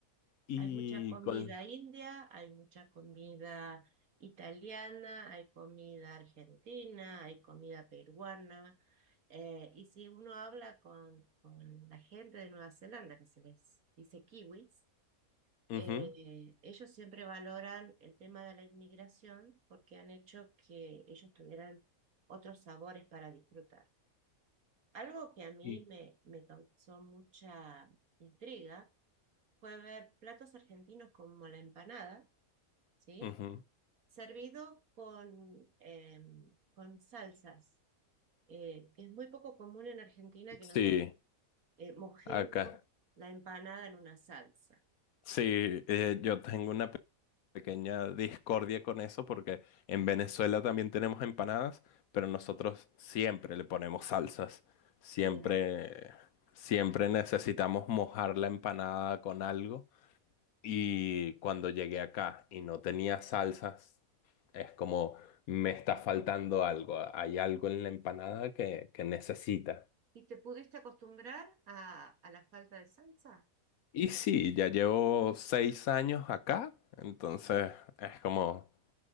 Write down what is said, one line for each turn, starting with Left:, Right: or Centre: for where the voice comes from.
Left: y
Right: hay mucha comida
Left: con...
Right: india, hay mucha comida italiana, hay comida argentina, hay comida peruana. Eh, y si uno habla con, con la gente de Nueva Zelanda, que se les dice kiwis,
Left: ujú,
Right: eh, ellos siempre valoran el tema de la inmigración porque han hecho que ellos tuvieran otros sabores para disfrutar. Algo que a mí
Left: y-
Right: me, me causó mucha intriga fue ver platos argentinos como la empanada, ¿sí?
Left: ujú.
Right: Servido con, em, con salsas, eh, que es muy poco común en Argentina que nosotros
Left: Sí,
Right: eh, mojemos
Left: acá.
Right: la empanada en una salsa.
Left: Sí, eh, yo tengo una pequeña discordia con eso porque en Venezuela también tenemos empanadas, pero nosotros siempre le ponemos salsas. Siempre,
Right: Mira,
Left: siempre necesitamos mojar la empanada con algo. Y cuando llegué acá y no tenía salsas, es como me está faltando algo. Hay algo en la empanada que, que necesita.
Right: ¿Y te pudiste acostumbrar a, a la falta de salsa?
Left: Y sí, ya llevo seis años acá, entonces es como